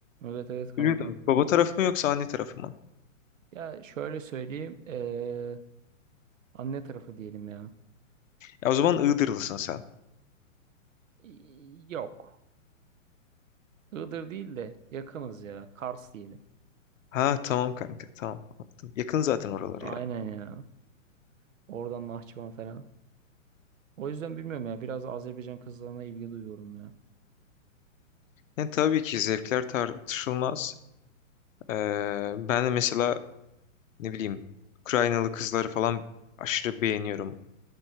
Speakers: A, on the right; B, on the left.
A: Evet evet kanka.
B: Bilmiyordum. Baba tarafı mı yoksa anne tarafı mı?
A: Ya şöyle söyleyeyim. eee, anne tarafı diyelim ya.
B: Ya o zaman Iğdırlısın sen.
A: İ- Yok. Iğdır değil de yakınız ya. Kars diyelim.
B: Ha tamam kanka tamam. Anladım. Yakın zaten oralar
A: Aynen
B: ya.
A: ya. Oradan Nahçıvan falan. O yüzden bilmiyorum ya. Biraz Azerbaycan kızlarına ilgi duyuyorum ya.
B: Yani tabii ki zevkler tartışılmaz. Ee, ben de mesela ne bileyim Ukraynalı kızları falan aşırı beğeniyorum.